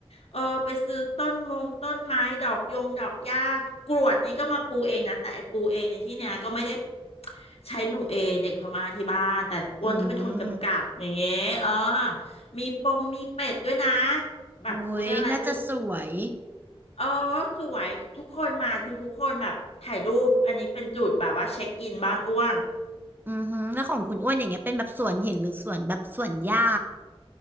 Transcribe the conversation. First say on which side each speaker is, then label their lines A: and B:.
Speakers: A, on the left; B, on the right.
A: เออไปซื้อต้นมงต้นไม้ดอกยงดอกหญ้ากรวดนี่ก็มาปูเองนะแต่ไอ้ปูเองในที่เนี้ยก็ไม่ได้ ใช้หนูเอเด็กพม่าที่บ้าน แต่อ้วนก็เป็นคนกำกับอย่างเงี้ยเออ
B: อืม
A: มีปงมีเป็ดด้วยนะ แบบเขาเรียกอะไรรูป
B: อุ้ยน่าจะสวย
A: เออสวยทุกคนมาคือทุกคนแบบถ่ายรูป อันนี้เป็นจุดแบบว่าเช็คอินบ้านอ้วน
B: อือฮึอแล้วของคุณอ้วนอย่างเงี้ยเป็นแบบสวนหินหรือสวนแบบสวนหญ้า